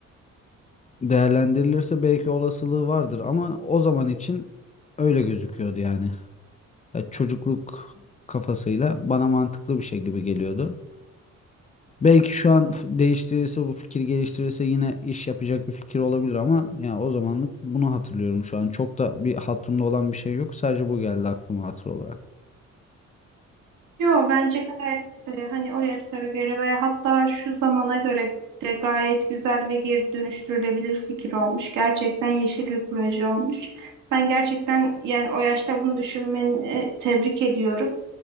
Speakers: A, on the left; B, on the right.
A: değerlendirilirse belki olasılığı vardır ama o zaman için öyle gözüküyordu yani. Ya çocukluk kafasıyla bana mantıklı bir şey gibi geliyordu. Belki şu an f- değiştirirse bu fikir geliştirirse yine iş yapacak bir fikir olabilir ama ya o zamanlık bunu hatırlıyorum şu an. Çok da bir hatırımda olan bir şey yok. Sadece bu geldi aklıma hatır olarak.
B: Yo bence gayet e, hani o yaşlara göre veya hatta şu zamana göre de gayet güzel ve geri dönüştürülebilir fikir olmuş. Gerçekten yeşil bir proje olmuş. Ben gerçekten yani o yaşta bunu düşünmeni e, tebrik ediyorum.